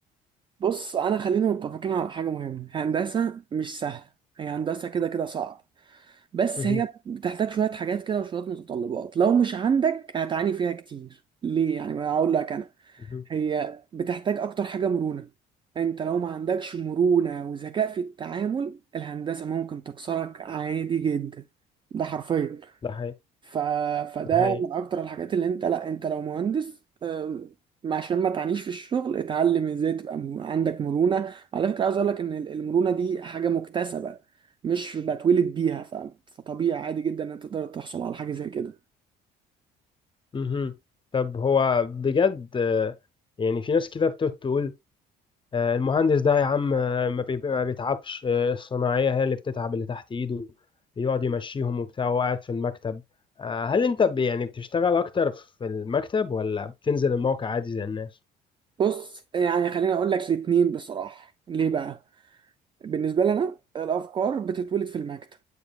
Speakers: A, on the right (about 30°); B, on the left (about 30°).
A: بص انا خلينا متفقين على حاجه مهمه هندسه مش سهله هي هندسه كده كده صعب بس
B: مهم.
A: هي بتحتاج شويه حاجات كده وشويه متطلبات لو مش عندك هتعاني فيها كتير ليه يعني ما اقول لك انا
B: مهم.
A: هي بتحتاج اكتر حاجه مرونه انت لو ما عندكش مرونه وذكاء في التعامل الهندسه ممكن تكسرك عادي جدا ده حرفيا
B: ده حقيقي
A: ف... فده
B: ده حقيقي
A: من اكتر الحاجات اللي انت لا انت لو مهندس أم، ما- عشان ما تعانيش في الشغل اتعلم ازاي تبقى م- عندك مرونة على فكرة عاوز اقول لك ان ال- المرونة دي حاجة مكتسبة مش بتولد بيها ف... فطبيعي عادي جدا ان انت تقدر تحصل على حاجة زي كده
B: مهم. طب هو بجد آه، يعني في ناس كده بتقعد تقول آه، المهندس ده يا عم آه، ما بي- ما بيتعبش آه، الصناعية هي اللي بتتعب اللي تحت ايده يقعد يمشيهم وبتاع وهو قاعد في المكتب آه، هل انت ب- يعني بتشتغل اكتر في المكتب ولا بتنزل الموقع عادي زي الناس
A: بص يعني خليني اقول لك الاتنين بصراحة ليه بقى بالنسبة لنا الأفكار بتتولد في المكتب